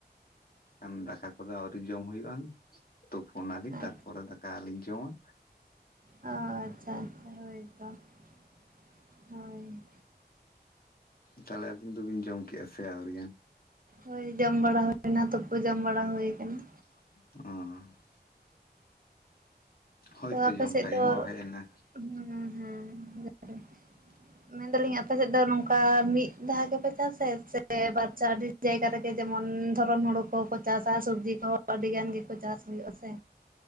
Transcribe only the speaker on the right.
ᱟᱪᱪᱷᱟ
ᱚ ᱟᱪᱪᱷᱟ ᱟᱪᱪᱷᱟ᱾ ᱦᱳᱭᱛᱚ ᱾ ᱦᱳᱭ।
ᱦᱳᱭ ᱡᱚᱢ ᱵᱟᱲᱟ ᱦᱳᱭᱱᱟ। ᱛᱳᱯᱳ ᱡᱚᱢ ᱵᱟᱲᱟ ᱦᱩᱭ ᱠᱟᱱᱟ।
ᱛᱚ ᱟᱯᱮ
ᱥᱮᱫ
ᱫᱚ?
ᱦᱮᱸ ᱦᱮᱸ। <unintelligible>
ᱢᱮᱱᱫᱟ ᱞᱤᱧ ᱟᱯᱮᱥᱮᱫ ᱫᱚ ᱱᱚᱝᱠᱟ ᱢᱤᱫ ᱫᱷᱟᱣ ᱜᱮᱯᱮ ᱪᱟᱥᱟ? ᱥᱮ ᱵᱟᱨᱪᱟ ᱟᱹᱰᱤ ᱡᱟᱭᱜᱟ ᱨᱮ ᱡᱮᱢᱚᱱ ᱫᱷᱚᱨᱚᱱ ᱦᱩᱲᱩ ᱠᱚᱦᱚᱸ ᱪᱟᱥᱟ, ᱥᱚᱵᱽᱡᱤ ᱠᱚᱦᱚᱸ ᱟᱹᱰᱤ ᱜᱮᱠᱚ ᱪᱟᱥ ᱦᱩᱭᱩᱜᱼᱟ ᱥᱮ᱾